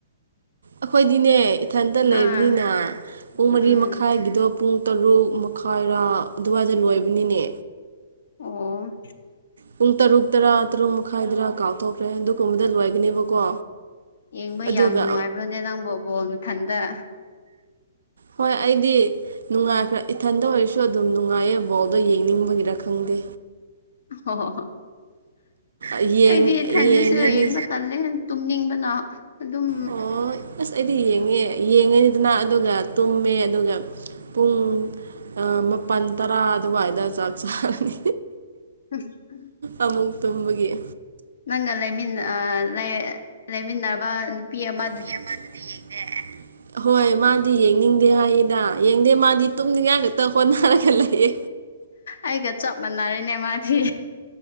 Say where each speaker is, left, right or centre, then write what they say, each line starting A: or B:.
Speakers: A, on the right; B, on the left.
A: ꯑꯈꯣꯏꯗꯤꯅꯦ ꯏꯊꯟꯇ ꯂꯩꯕꯅꯤꯅ
B: ꯑꯥ
A: ꯄꯨꯡ ꯃꯔꯤ
B: ꯎꯝ
A: ꯃꯈꯥꯏꯒꯤꯗꯣ ꯄꯨꯡ ꯇꯔꯨꯛ ꯃꯈꯥꯏꯔꯥ ꯑꯗꯨꯋꯥꯏꯗ ꯂꯣꯏꯕꯅꯤꯅꯦ
B: ꯑꯣ
A: ꯄꯨꯡ ꯇꯔꯨꯛ ꯇꯔꯥ ꯇꯔꯨꯛ ꯃꯈꯥꯏꯗꯔꯥ ꯀꯥꯎꯊꯣꯛꯈ꯭ꯔꯦ ꯑꯗꯨꯒꯨꯝꯕꯗ ꯂꯣꯏꯒꯅꯦꯕꯀꯣ
B: ꯌꯦꯡꯕ
A: ꯑꯗꯨꯒ
B: ꯌꯥꯝ ꯅꯨꯡꯉꯥꯏꯕ꯭ꯔꯅꯦ ꯅꯪꯕꯨ ꯕꯣꯜ ꯃꯊꯟꯗ
A: ꯍꯣꯏ ꯑꯩꯗꯤ ꯅꯨꯡꯉꯥꯏꯈ꯭ꯔ ꯏꯊꯟꯇ ꯑꯣꯏꯔꯁꯨ ꯑꯗꯨꯝ ꯅꯨꯡꯉꯥꯏꯌꯦ ꯕꯣꯜꯗꯣ ꯌꯦꯡꯅꯤꯡꯕꯒꯤꯔ ꯈꯪꯗꯦ꯫
B: ꯍꯣ ꯍꯣ ꯍꯣ
A: ꯌꯦꯡ
B: ꯑꯩꯗꯤ ꯏꯊꯟꯗꯁꯨ
A: ꯌꯦꯡꯉꯅꯤ
B: ꯌꯦꯡꯕ ꯇꯜꯂꯦ꯫ ꯇꯨꯝꯅꯤꯡꯕꯅ ꯑꯗꯨꯝ
A: ꯑꯣ ꯑꯁ ꯑꯩꯗꯤ ꯌꯦꯡꯉꯦ ꯌꯦꯡꯉꯦꯗꯅ ꯑꯗꯨꯒ ꯇꯨꯝꯃꯦ ꯑꯗꯨꯒ ꯄꯨꯡ ꯑ ꯃꯄꯟ ꯇꯔꯥ ꯑꯗꯨꯋꯥꯏꯗ ꯆꯥꯛ ꯆꯥꯔꯅꯤ꯫
B: ꯎꯝ
A: ꯑꯃꯨꯛ ꯇꯨꯝꯕꯒꯤ ꯫
B: ꯅꯪꯒ ꯂꯩꯃꯤꯟꯅ ꯑ ꯂꯩ ꯂꯩꯃꯤꯟꯅꯕ ꯅꯨꯄꯤ ꯑꯃ
A: ꯅꯨꯄꯤ ꯑꯃꯗꯨꯗꯤ ꯌꯦꯡꯗꯦ ꯍꯣꯏ ꯃꯥꯗꯤ ꯌꯦꯡꯅꯤꯡꯗꯦ ꯍꯥꯏꯌꯦꯗ ꯌꯦꯡꯗꯦ ꯃꯥꯗꯤ ꯇꯨꯝꯅꯤꯡꯉꯥꯏ ꯈꯛꯇ ꯍꯣꯠꯅꯔꯒ ꯂꯩꯌꯦ
B: ꯑꯩꯒ ꯆꯞ ꯃꯥꯅꯔꯦꯅꯦ ꯃꯥꯗꯤ